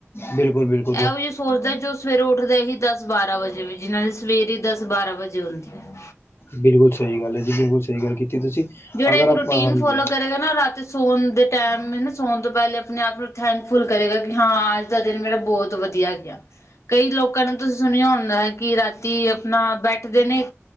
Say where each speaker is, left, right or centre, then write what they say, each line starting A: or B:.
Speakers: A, on the left; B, on the left.
A: ਬਿਲਕੁਲ-ਬਿਲਕੁਲ।
B: ਇਹੋ ਜਿਹੀ ਸੋਚਦਾ ਜੋ ਸਵੇਰੇ ਉੱਠਦਾ ਹੀ ਦਸ ਬਾਰਾਂ ਵਜੇ ਵੀ ਜਿਹਨਾਂ ਨੇ ਸਵੇਰੇ ਹੀ ਦਸ ਬਾਰਾਂ ਵਜੇ ਹੁੰਦੀਆਂ।
A: ਬਿਲਕੁਲ ਸਹੀ ਗੱਲ ਹੈ ਜੀ ਬਿਲਕੁਲ ਸਹੀ ਗੱਲ ਕੀਤੀ ਤੁਸੀਂ
B: ਜਿਹੜਾ
A: ਅਗਰ
B: ਇੱਕ ਰੂਟੀਨ
A: ਆਪਾਂ ਹਾਂਜੀ
B: ਫੋਲੋ ਕਰੇਗਾ ਨਾ ਰਾਤੀ ਸੋਣ ਦੇ ਟਾਈਮ ਸੋਣ ਤੋਂ ਪਹਿਲੇ ਆਪਣੇ ਆਪ ਨੂੰ- ਥੈਂਕਫੁਲ ਕਰੇਗਾ ਕਿ ਹਾਂ, ਅੱਜ ਦਾ ਦਿਨ ਮੇਰਾ ਬਹੁਤ ਵਧੀਆ ਗਿਆ। ਕਈ ਲੋਕਾਂ ਨੂੰ ਤੁਸੀਂ ਸੁਣਿਆ ਹੁੰਦਾ ਹੈ ਕਿ ਰਾਤੀ ਆਪਣਾ ਬੈਠਦੇ ਨੇ